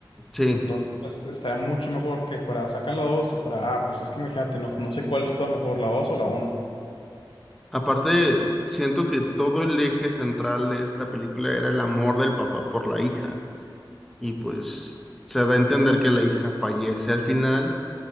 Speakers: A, in the centre; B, on the left (about 85°).
A: sí.
B: Entonces, pues estaría mucho mejor que fuera, sacan la 2 y fuera, ah, pues es que imagínate, no, no sé cuál es toda mejor, la 2 o la uno
A: Aparte, siento que todo el eje central de esta película era el amor del papá por la hija. Y pues se da a entender que la hija fallece al final